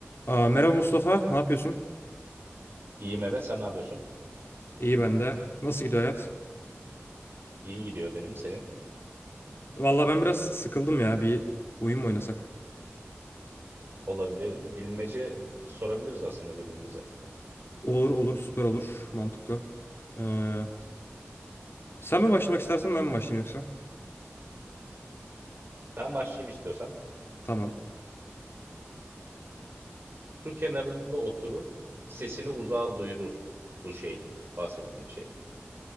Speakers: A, on the left; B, on the right.
A: Aa, merhaba Mustafa, ne yapıyorsun?
B: İyi Mehmet sen ne yapıyorsun?
A: İyi ben de. Nasıl gidiyor hayat?
B: İyi gidiyor benim senin.
A: Valla ben biraz sıkıldım ya. Bir oyun mu oynasak?
B: Olabilir. Bilmece sorabiliriz aslında birbirimize.
A: Olur olur süper olur. Mantıklı. Ee, sen mi başlamak istersen ben mi başlayayım yoksa?
B: Ben başlayayım istiyorsan.
A: Tamam.
B: Su kenarında oturur. Sesini uzağa duyurur. Bu şey. Bahsettiğim şey.